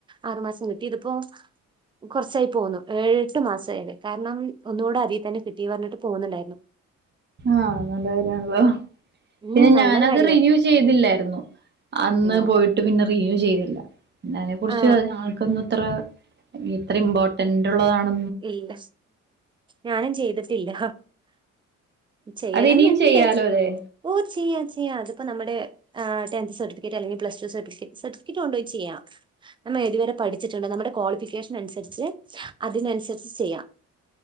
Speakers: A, on the right (about 15°); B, on the right (about 35°).
A: ആറ് മാസം കിട്ടി ഇതിപ്പോ കുറച്ചായി പോകന്നു ഏഴെട്ട് മാസ ആത് കാരണം ഒന്നുകൂടെ ആദ്യ തന്നെ കിട്ടി പറഞ്ഞിട്ട് പോകുന്നുണ്ടായിരുന്നു
B: ആനല്ല കാര്യമാണല്ലോ പിന്നെ
A: ഉം നല്ല
B: ഞാനത്
A: കാര്യമാ
B: റിവ്യൂ ചെയ്തില്ലായിരുന്നു അന്ന്
A: അതെയോ
B: പോയിട്ട് പിന്നെ റിന്യൂ ചെയ്തി ല്ല പിന്ന അതിനെ കുറിച്ച്
A: ആ
B: ഞങ്ങക്കൊന്നും ഇത്ര ഇത്ര ഇമ്പോർട്ടന്റ് ഉള്ളതാണ്
A: ഇല്ല ഞാനും ചെയ്തിട്ടില്ല ചെയ്യണംഎന്നു
B: അത് ഇനിയും ചെയ്യാലോ
A: ണ്ട്
B: അല്ലെ
A: ഓ ചെയ്യാ ചെയ്യാ അതിപ്പോ നമ്മുടെ ആ ടെൻത് സർട്ടിഫിക്കറ്റ് അല്ലെങ്കി പ്ലസ്ടു സർട്ടിഫിക്കറ്റ് സർട്ടിഫിക്കറ്റ് കൊണ്ടോയി ചെയ്യാം നമ്മൾഎ തുവരെ പഠിച്ചട്ടുണ്ട നമ്മുടെ ക്വാളിഫിക്കേഷൻ അനുസരിച്ച് അതിനനുസരി ചെയ്യാം